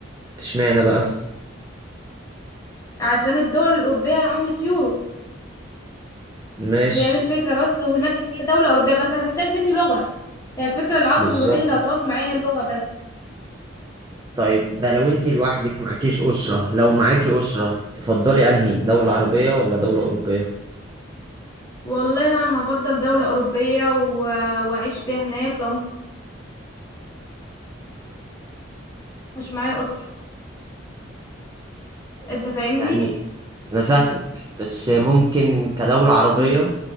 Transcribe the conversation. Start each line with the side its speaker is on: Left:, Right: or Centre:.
Right: اشمعنى بقى
Left: عشان الدول الاوروبية عملة يورو
Right: ماشي
Left: هي دي الفكرة بس وهناك إن هي دولة اوروبية بس هتحتاج مني لغة هي الفكرة العائق
Right: بالظبط
Left: الوحيد اللي هتقف معايا هي اللغة بس
Right: طيب ده لو انت لوحدك معكيش أسرة لو معاكي أسرة تفضلي أنهي دولة عربية ولا دولة أوروبية
Left: والله انا هفضل دولة اوروبية و... واعيش فيها هناك لو مش معايا اسرة انت فاهمني
Right: يعني أنا فاهمك بس ممكن كدولة عربية
Left: مم.